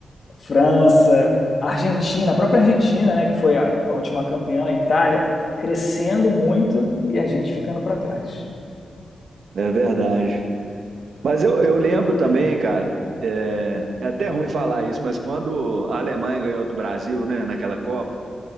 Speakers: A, on the left (about 45°); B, on the right (about 65°).
A: França, Argentina, a própria Argentina, né? Que foi a, a última campeã, a Itália, crescendo muito e a gente ficando para trás.
B: É verdade. Mas eu, eu lembro também, cara, é, é até ruim falar isso, mas quando a Alemanha ganhou do Brasil, né, naquela Copa,